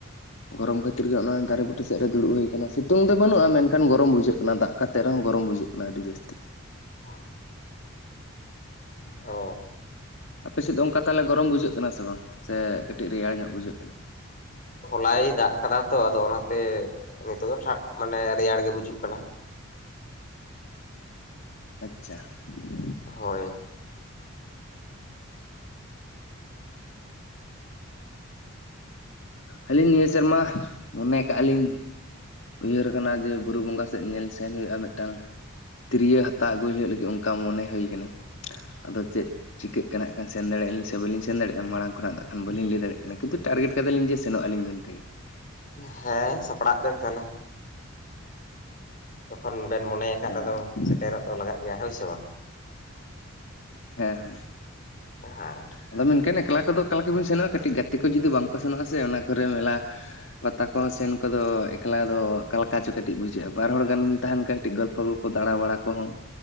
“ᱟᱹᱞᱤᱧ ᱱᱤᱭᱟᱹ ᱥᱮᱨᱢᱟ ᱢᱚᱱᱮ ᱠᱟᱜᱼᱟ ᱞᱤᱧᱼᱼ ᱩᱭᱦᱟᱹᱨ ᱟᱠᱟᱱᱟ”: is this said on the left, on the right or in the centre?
Left